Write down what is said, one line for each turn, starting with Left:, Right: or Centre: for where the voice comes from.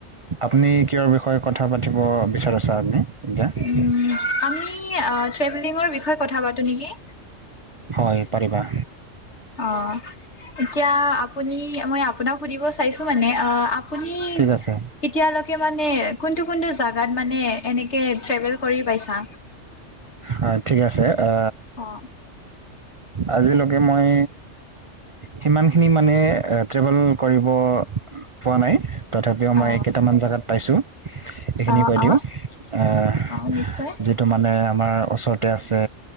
Right: আপুনি কিয়ৰ বিষয়ে কথা পাতিব বিচাৰিছে আপনি এতিয়া?
Left: উম আমি আঁ ট্ৰেভেলিঙৰ বিষয়ে কথা পাতো নেকি।
Right: হয় পাৰিবা।
Left: অঁ এতিয়া আপুনি মই আপোনাক সুধিব চাইছো মানে অঁ আ আপুনি ই
Right: ঠিক আছে
Left: এতিয়ালেকে মানে কোনটো কোনটো জাগাত মানে এনেকে ট্ৰেভেল কৰি পাইছা?
Right: হয় ঠিক আছে, এ
Left: অঁ
Right: আজিলকে মই সিমানখিনি মানে ট্ৰেভেল কৰিব পোৱা নাই। তথাপিও মই
Left: অ
Right: এই কেইটামান জেগাত পাইছো। সেইখিনি
Left: অ
Right: কৈ দিওঁ,
Left: অ
Right: এহ
Left: অ নিশ্চয়
Right: যি টো মানে আমাৰ ওচৰতে আছে